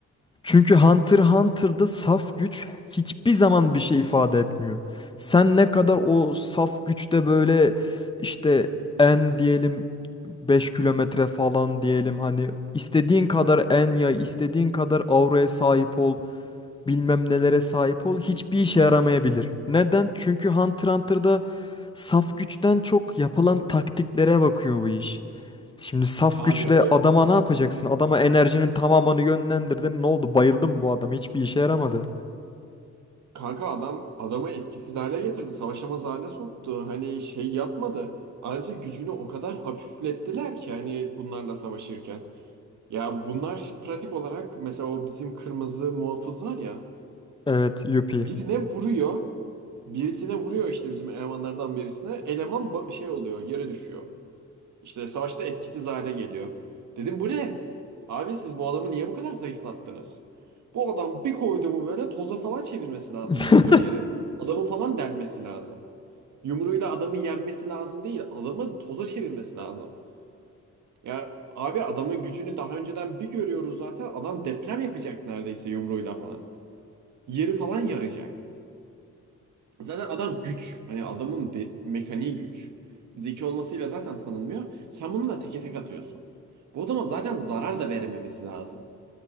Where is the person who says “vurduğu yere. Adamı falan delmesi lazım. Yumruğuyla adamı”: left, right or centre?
Right